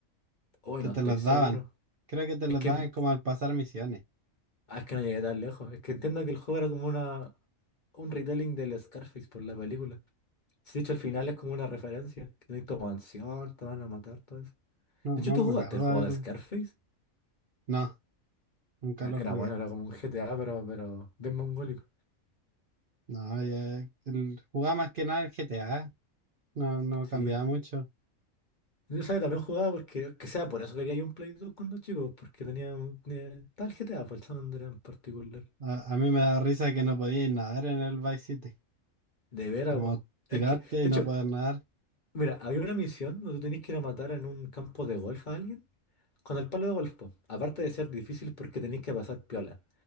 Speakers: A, on the left; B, on the right.
A: Oye,
B: que
A: no
B: te
A: estoy
B: los
A: seguro.
B: daban. Creo que te los
A: Es que
B: daban como al pasar misiones.
A: Ah, es que no llegué tan lejos. Es que entiendo que el juego era como una un retelling del Scarface por la película. Si de hecho al final es como una referencia. Que tenés tu mansión, te van a matar, todo eso.
B: No, no
A: De hecho, ¿tú
B: me
A: jugaste
B: acuerdo
A: el juego de
B: del...
A: Scarface?
B: No, nunca
A: E-
B: lo jugué.
A: Era bueno, era como un GTA, pero, pero bien mongólico.
B: No, ya... el- Jugaba más que nada el GTA. No, no
A: Sí.
B: cambiaba mucho.
A: Yo sabía, también jugaba porque, que sea, por eso quería yo un Play 2 cuando chico, porque tenía, un- tenía tal GTA, por el San Andreas en particular.
B: A, a mí me da risa que no podía ir nadar en el Vice City.
A: De veras,
B: Como
A: vos.
B: tirarte
A: Es que, de
B: y no
A: hecho,
B: poder nadar.
A: mira, había una misión donde tú tenías que ir a matar en un campo de golf a alguien. Con el palo de golf, po. aparte de ser difícil porque tenéis que pasar piola,